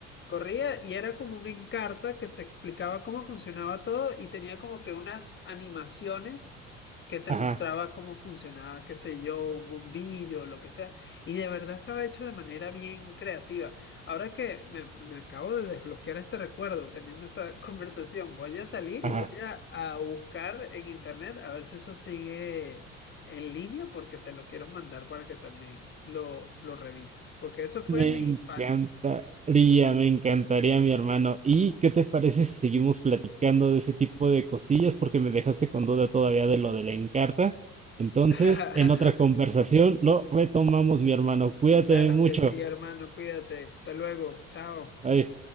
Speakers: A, on the left; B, on the right.
A: Corría y era como un Encarta que te explicaba cómo funcionaba todo y tenía como que unas animaciones que te
B: ajá,
A: mostraba cómo funcionaba, qué sé yo, un bombillo, lo que sea. Y de verdad estaba hecho de manera bien creativa. Ahora que me, me acabo de desbloquear este recuerdo teniendo esta <laughs> conversación, voy a salir
B: ajá.
A: y voy a, a buscar en internet a ver si eso sigue en línea porque te lo quiero mandar para que también lo, lo revises, porque eso fue
B: Me
A: mi
B: encantaría,
A: infancia.
B: me encantaría, mi hermano. ¿Y qué te parece si seguimos platicando de ese tipo de cosillas? Porque me dejaste con duda todavía de lo de la Encarta. Entonces,
A: <laughs>
B: en otra conversación lo retomamos, mi hermano. Cuídate
A: Claro
B: mucho.
A: que sí, hermano, cuídate. Hasta luego. Chao.
B: Bye.